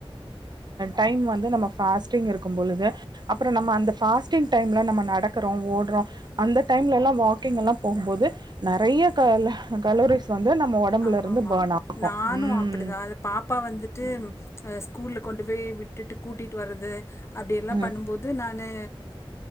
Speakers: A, on the right; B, on the left.
A: டைம் வந்து நம்ம பாஸ்ட்டிங் இருக்கும் பொழுது அப்பறம் நம்ம அந்த பாஸ்டிங் டைமில் நம்ம நடக்கிறோம் ஓடுறோம் அந்த டைம்ல எல்லாம் வாக்கிங் எல்லாம் போகும்போது நெறைய கலோரிஸ் வந்து நம்ம ஒடம்புல
B: ஆமாமமா
A: இருந்து பர்ன் ஆகு
B: நானும்
A: ம்
B: அப்டிதான் அத பாப்பா வந்துட்டு்
A: ம்
B: ஸ்கூல்ல கொண்டு போய் விட்டு விட்டுட்டு கூட்டிட்டு வந்து அப்டியெல்லாம்
A: ம்
B: பண்ணும்போது நானு